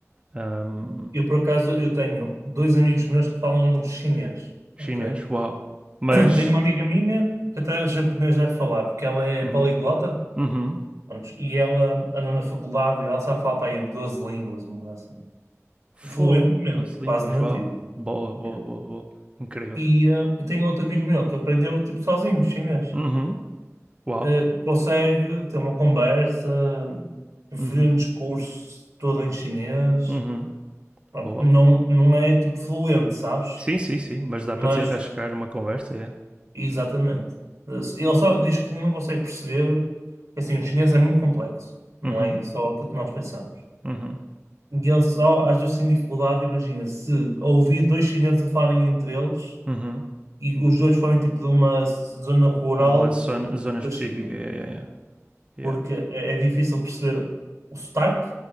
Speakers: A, on the right (about 20°); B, on the right (about 75°).
A: Ahm,
B: Eu, por acaso, eu tenho dois amigos meus que falam chinês,
A: chinês,
B: ok? <clears throat>
A: uau. Mas,
B: Tenho uma amiga minha que até japonês deve falar, porque ela é
A: uhum,
B: poliglota,
A: uhum,
B: pronto, e ela andou na faculdade e ela sabe falar para aí 12 línguas, uma coisa assim, fluentemente,
A: Fogo, 12
B: quase
A: línguas,
B: nativo.
A: uau. Boa, boa,
B: É.
A: boa, boa. Incrível.
B: E eh, eu tenho outro amigo meu que aprendeu, tipo, sozinho chinês.
A: Uhum, uau.
B: eh, consegue ter uma conversa, preferir
A: Uhum,
B: um discurso todo em chinês.
A: uhum,
B: Pronto,
A: boa.
B: não, não é tipo fluente, sabes?
A: Sim, sim, sim, mas dá
B: Mas,
A: para desenrascar uma conversa, é.
B: exatamente. Ele só diz que não consegue perceber. Assim, o chinês é muito complexo, não
A: Uhum,
B: é só aquilo que nós pensamos.
A: uhum,
B: E ele só, às vezes, tem dificuldade, imagina, se ouvir dois chineses a falarem entre eles
A: uhum.
B: e os dois forem tipo de uma zona rural
A: É uma zona, zona específica,
B: da China.
A: é, é,
B: porque
A: é. é.
B: é, é difícil perceber o sotaque